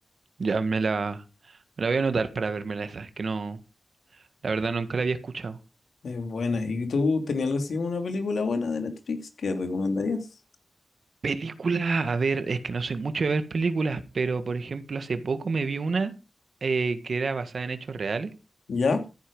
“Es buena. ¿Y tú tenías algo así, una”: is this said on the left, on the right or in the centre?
Left